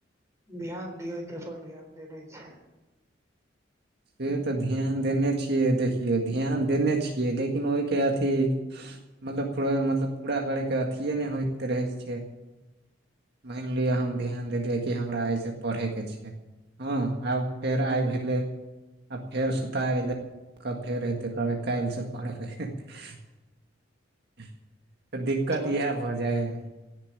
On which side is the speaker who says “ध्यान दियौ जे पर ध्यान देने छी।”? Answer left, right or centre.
Right